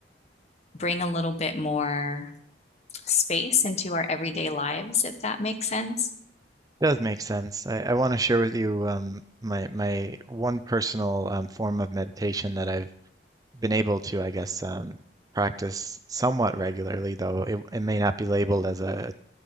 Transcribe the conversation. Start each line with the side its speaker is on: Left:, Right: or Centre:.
Left: bring a little bit more space into our everyday lives, if that makes sense.
Right: Does make sense. I, I want to share with you um, my my one personal um, form of meditation that I've been able to, I guess, um, practice somewhat regularly, though it, it may not be labeled as a